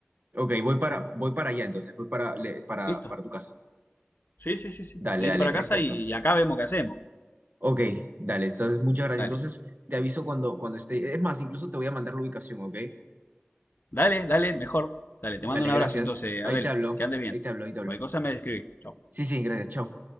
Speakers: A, on the right; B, on the left.
A: Ok, voy para, voy para allá entonces, voy para, le- para,
B: Listo.
A: para tu casa.
B: Sí, sí, sí, sí.
A: Dale,
B: Venite
A: dale,
B: para
A: perfecto.
B: casa y acá vemos qué hacemos.
A: Ok, dale, entonces muchas gracias.
B: Dale,
A: Entonces te aviso cuando, cuando esté. Es más, incluso te voy a mandar la ubicación, ¿ok?
B: dale, dale, mejor.
A: Dale,
B: Dale, te mando un abrazo
A: gracias.
B: entonces,
A: Ahí
B: Adel.
A: te hablo,
B: Que andes bien.
A: ahí te hablo, ahí te hablo.
B: Cualquier cosa me describí. Chau.
A: Sí, sí, gracias, chao.